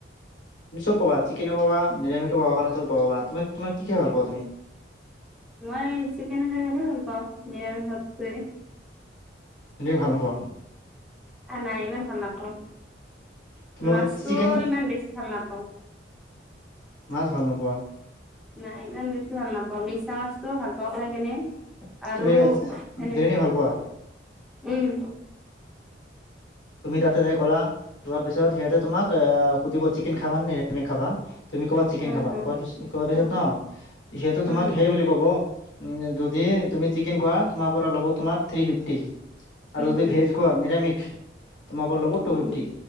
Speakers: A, on the left; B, in the centre.
A: তুমি চব পাবা চিকেনে পাবা নিৰামিও পাব পা চব পাবা তম তোম কি খাই ভাল পা তুমি
B: মই চিকেন খাই পাও, নিৰামিষ সাতোৱে
A: তেনে ভাল পোৱা
B: আ', নাই ইমান ভাল নাপাওঁ,
A: তোমাৰ
B: মাছটো
A: চিকেন
B: ইমান বেছি ভাল নাপাওঁ
A: মাছ ভাল নোপোৱা
B: নাই ইমান বেছি ভাল নাপাওঁ, মিছা মাছটোও ভাল পাওঁ খাই কেনে আৰু
A: তুমি
B: এনে
A: বিৰিয়ানী ভাল পোৱা
B: উম
A: তুমি তাতে ক'লা লোৱাৰ পিছত সিহঁতে তোমাক আহ সুধিব চিকেন খাবা নে ভেজ খাবা তুমি ক'বা চিকেন
B: উম,
A: খাবা
B: উম,
A: খোৱাৰ পিছত
B: উম,
A: ন যিহেতু
B: উম,
A: তোমাৰ তোমাক সেই বুলি ক'ব উ যদি তুমি চিকেন খোৱা তোমাৰ পৰা ল'ব তোমাৰ থ্ৰী ফিফটি
B: উম,
A: আৰু যদি ভেজ কোৱা নিৰামিষ তোমাৰ পৰা লব টু
B: উম।
A: ফিফটি